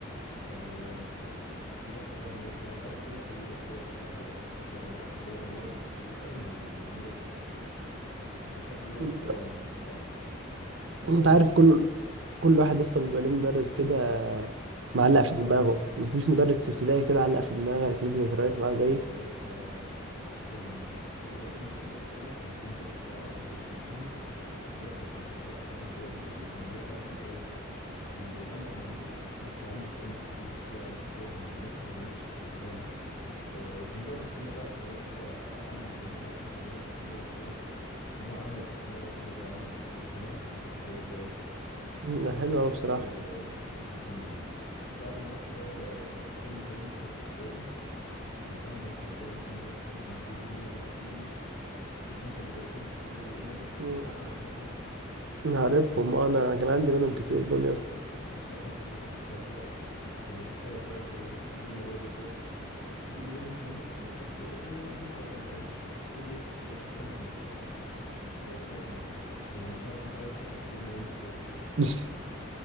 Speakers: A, on the left (about 80°); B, on the right (about 65°).
A: فرحت بقى هناك يعني عرفت ناس جديدة وكده وبصراحة يعني عرفت اللي هو إيه معظم صحابي بقى من المدرسة دي لحد دلوقتي
B: أنت
A: طبعا صحاب فاكر
B: أنت
A: يا
B: عارف
A: اسطى
B: كل كل واحد يا اسطى بيبقى ليه مدرس كده معلق في دماغه مفيش مدرس في ابتدائي كده علق في دماغك ليك ذكريات معاه زيي
A: والله يا اسطى في- كان في أولى وتانية ابتدائي في الأزهر كان في مدرس العربي كان اسمه محمد ده يا اسطى كنت بصراحة بحبه قوي يعني كان هو تعرف انت ايه بيعاملك مع ان انت طفل كده بس يعاملك كأنك كبير وفا- وفاهم وينا- ويناقشك في الكلام ف- وكان بيقعد يحكي لنا بقى حكايات كده عنه زمان عارف انت المدرس ساعة ما يقعد يحكي لك ان هو عمل في مره كذا وعمل مش عارف ايه كان واحد بيحب الحكايات دي قوي
B: مم، حلو
A: فانا كنت
B: أوي
A: بحب
B: بصراحة
A: ال- الاستاذ محمد ده بعد ما رحت بقى الحكومي تاني في تالتة ابتدائي كان في عندنا أبلة رخمة يا اسطى كانت بتدي لنا واجب كتير عارف انت المدرسين في ابتدائي اللي يقول لك اكتب
B: مم.
A: الدرس ثلاث مرات
B: عارفهم آه، انا كان عندي منهم كتير دول يا اسطى
A: انا بصراحة ما كنتش بحبها خالص كانت بتقعد بقى ت- تدي لنا الواجب ده وتيجي يوم الخميس المفروض بقى تاني يوم الجمعة يبقى اجازة تقول لي نكتب الواجب خمس مرات بدل ثلاث مرات يعني مش عارف مش عايزه حتى تديلنا يوم اجازه كده
B: <laughs>